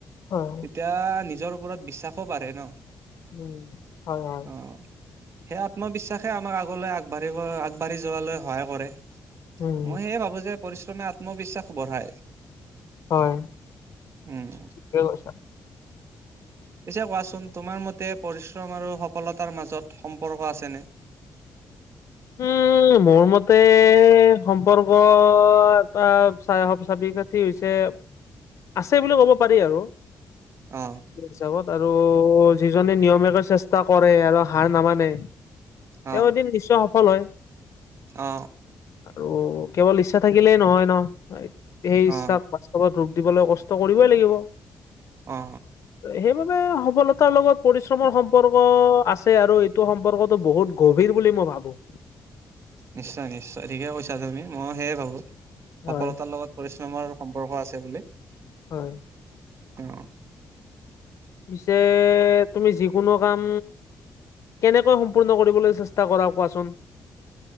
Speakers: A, on the left; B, on the right.
A: হয়
B: তেতিয়া নিজৰ ওপৰত বিশ্বাসো পঢাৰে ন
A: উম হয় হয়
B: অ সেই আত্মবিশ্বাসে আমাক আগলৈ আগবাঢ়িব আগবাঢ়ি যোৱালৈ সহায় কৰে
A: উম
B: মই সেয়ে ভাবো যে পৰিশ্ৰমে আত্মবিশ্বাস বঢ়ায়
A: হয়
B: উম
A: কছ
B: পিছে কোৱাচোন তোমাৰ মতে পৰিশ্ৰম আৰু সফলতাৰ মাজত সম্পৰ্ক আছেনে
A: অ মোৰ মতে সম্পৰ্ক এটা চাই স চাবি কাঠি হৈছে আছে বুলি ক'ব পাৰি আৰু
B: অ
A: হিচাপত আৰু যিজনে নিয়মীয়ে চেষ্টা কৰে আৰু হাৰ নামানে তেওঁ
B: অ
A: এদিন নিশ্চয় সফল হয়
B: অ
A: আৰু কেৱল ইচ্ছা থাকিলেই নহয় ন সেই ইচ্ছাক
B: অ
A: লগত ৰূপ দিবলৈ কষ্ট কৰিবই লাগিব
B: অ
A: সেইবাবে সফলতাৰ লগত পৰিশ্ৰমৰ সম্পৰ্ক আছে আৰু সম্পৰ্কতটো বহুত গভীৰ বুলি মই ভাবো
B: নিশ্চয় নিশ্চয় ঠিকে কৈছা তুমি মই সেয়ে ভাবো সফলতাৰ
A: হয়
B: লগত পৰিশ্ৰমৰ সম্পৰ্ক আছে বুলি
A: হয়
B: অ
A: পিছে তুমি যিকোনো কাম কেনেকৈ সম্পূৰ্ণ কৰিবলৈ চেষ্টা কৰা কোৱাচোন